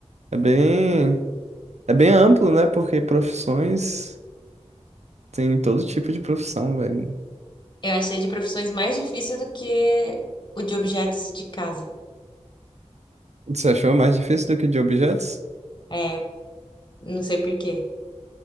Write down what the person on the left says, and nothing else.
Eu achei de profissões mais difícil do que o de objetos de casa.
É, não sei por quê.